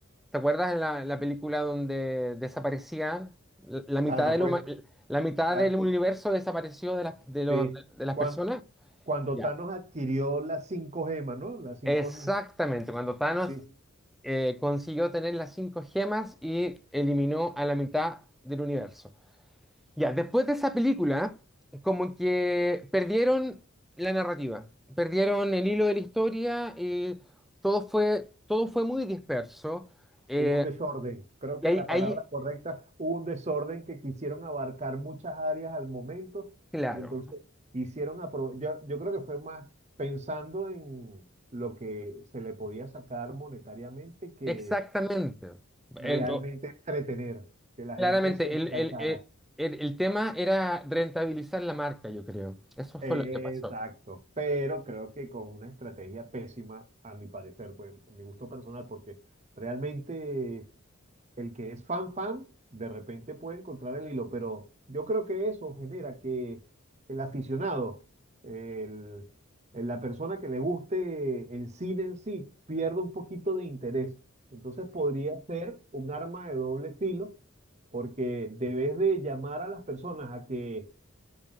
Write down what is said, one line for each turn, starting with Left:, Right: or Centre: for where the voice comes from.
Centre: ¿te acuerdas la, la película donde desaparecía la, la mitad
Right: Thanos,
Centre: de la
Right: pues,
Centre: huma- la mitad
Right: Thanos,
Centre: del universo desapareció de las, de los-
Right: sí.
Centre: de las
Right: Cuan-
Centre: personas?
Right: Cuando,
Centre: Ya.
Right: Thanos adquirió las cinco gemas, ¿no? Las cinco,
Centre: Exactamente, cuando Thanos
Right: sí.
Centre: eh, consiguió tener las cinco gemas y eliminó a la mitad del universo. Ya, después de esa película, como que perdieron la narrativa, perdieron el hilo de la historia y todo fue, todo fue muy disperso. Eh,
Right: Hubo un desorden. Creo
Centre: y
Right: que
Centre: ahí,
Right: la palabra
Centre: ahí,
Right: correcta, hubo un desorden que quisieron abarcar muchas áreas al momento
Centre: claro,
Right: y entonces hicieron apro- Yo, yo creo que fue más pensando en lo que se le podía sacar monetariamente que
Centre: exactamente.
Right: realmente
Centre: Eh, o-
Right: entretener, que la
Centre: claramente,
Right: gente se enganchara.
Centre: el, el- el- el- el tema era rentabilizar la marca, yo creo. Eso fue
Right: Exacto,
Centre: lo que pasó.
Right: pero creo que con una estrategia pésima, a mi parecer, pues, a mi gusto personal, porque realmente El que es fan fan, de repente puede encontrar el hilo, pero yo creo que eso genera que el aficionado, el- el- la persona que le guste en cine en sí, pierda un poquito de interés. Entonces podría ser un arma de doble filo, porque debes de llamar a las personas a que